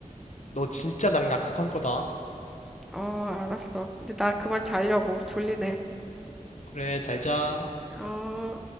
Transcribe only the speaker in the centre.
어, 알았어. 이제 나 그만 자려고. 졸리네.
어.